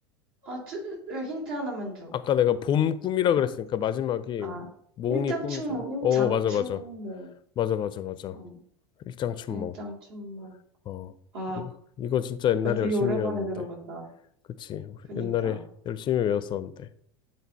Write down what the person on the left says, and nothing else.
아까 내가 봄 꿈이라
그랬으니까 마지막이
몽이
꿈이잖아. 어
맞아 맞아 맞아 맞아 맞아.
일장춘몽.
어,
이거, 이거 진짜 옛날에
열심히
외웠는데.
그치.
옛날에 열심히 외웠었는데.